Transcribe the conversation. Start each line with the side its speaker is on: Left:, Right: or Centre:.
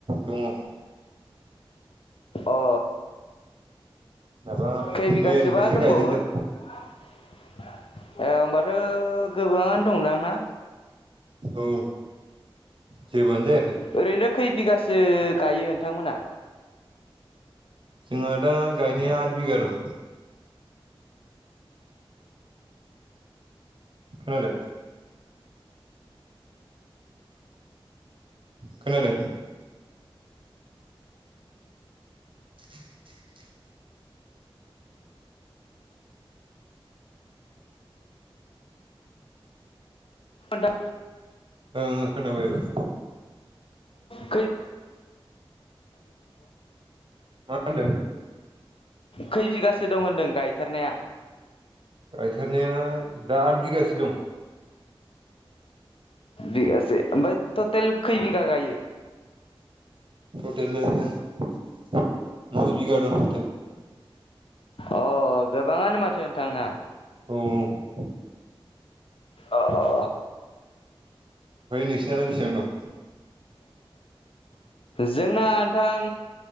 Right: दङ
Left: अ
Right: माबा
Left: खै बिगासोबा
Right: मैयानिफ्रायसो
Left: दंबावो
Right: गायजेनदों
Left: ए होनोमबाथ' गोबाङानो दंदांना
Right: औ जेबोआनो जायाखै
Left: ओरैनो खै बिगासो गायो नोंथांमोना
Right: जोंहा दा गायनाया आठ बिगा दं खोनादों खोनादों <inaudible> <inaudible> <inaudible>
Left: नोंथां
Right: ओं खोनाबाय एबार
Left: खै
Right: मा होनदों
Left: खैर बिगा सो दं होनदों गायथारनाया
Right: गायथारनाया दा आठ बिगासो दं
Left: बिगासे आमफाय तटेल खै बिघा गायो
Right: तटेल ओरैनो नइ बिघा दं तटेल
Left: अ गोबाङानो माथो नोंथांना
Right: औ ओमफ्राय
Left: अ अ।
Right: नोंसिनालाय बेसेबां दं
Left: जोंना नोंथां